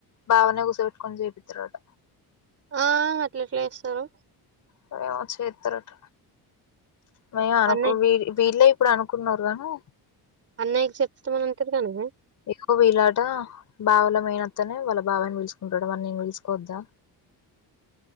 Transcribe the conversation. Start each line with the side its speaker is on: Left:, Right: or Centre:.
Left: బావనే కూర్సోె పెట్టుకొని చేపిత్తరట.
Right: ఆ అట్లేట్లా చేస్తారు.
Left: <unintelligible> చేత్ర అట మే అనుకు
Right: అన్నయ్య
Left: వీ-వీళ్లే. ఇప్పుడె అనుకున్నారు కానీ.
Right: అన్నయ్కి చెప్తామని అంటారు కానీ.
Left: ఎక్కువ వీలాట బావల మేనత్తని వాళ్ళ బావాని విలుచ్కుంటాడు మరి నిను విలుస్కోవద్దా.